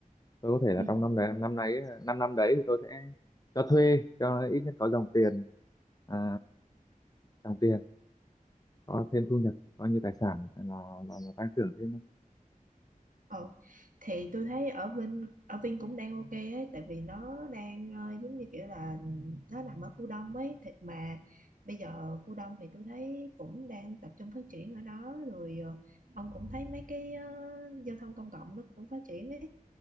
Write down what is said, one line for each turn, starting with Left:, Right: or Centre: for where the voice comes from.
Left: tôi có thể là
Right: ừ
Left: trong năm đấy năm nay ấy, năm năm đấy thì tôi sẽ cho thuê cho nó ít nhất có dòng tiền à, dòng tiền có thêm thu nhập coi như tài sản là là, là tăng trưởng thêm thôi.
Right: ờ thì tôi thấy ở Vinh ở Vin cũng đang ok ấy tại vì nó đang ờ, giống như kiểu là nó nằm ở khu đông ấy thì mà bây giờ khu đông thì tôi thấy cũng đang tập trung phát triển ở đó rồi ờ, ông cũng thấy mấy cái ờ, giao thông công cộng nó cũng phát triển ấy